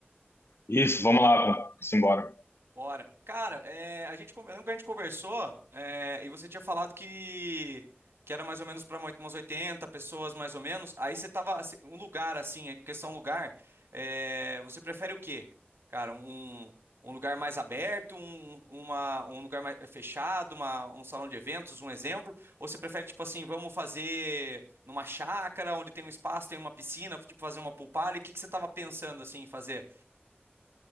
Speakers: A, on the left; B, on the right.
A: Isso, vamos lá, vamos embora.
B: Bora. Cara, é, a gente, conver- lembra que a gente conversou, é, e você tinha falado que, que era mais ou menos para umas 80 pessoas, mais ou menos. Aí você tava, assim, um lugar assim, é questão lugar, é, você prefere o quê? Cara, um, um lugar mais aberto, um, um, uma, um lugar mais é, fechado, uma- um salão de eventos, um exemplo? Ou você prefere, tipo assim, vamos fazer numa chácara, onde tem um espaço, tem uma piscina, tipo fazer uma pool party? O que que você tava pensando, assim, em fazer?